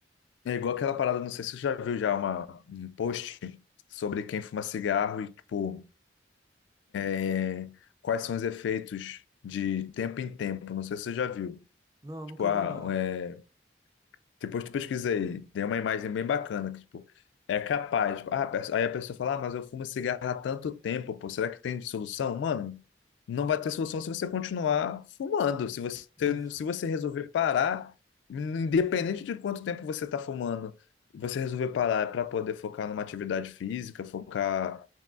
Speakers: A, on the left; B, on the right.
A: é igual aquela parada, não sei se você já viu já uma, um post sobre quem fuma cigarro e, tipo, é, quais são os efeitos de tempo em tempo. Não sei se você já viu.
B: Não,
A: Tipo,
B: nunca
A: ah,
B: vi não.
A: é, Depois tu pesquisa aí, tem uma imagem bem bacana, que, tipo, é capaz. tipo, Ah, a pessoa- aí a pessoa fala, ah, mas eu fumo cigarro há tanto tempo, pô, será que tem solução? Mano, não vai ter solução se você continuar fumando. Se você,
B: <laughs>
A: se você resolver parar, independente de quanto tempo você está fumando, você resolver parar para poder focar numa atividade física, focar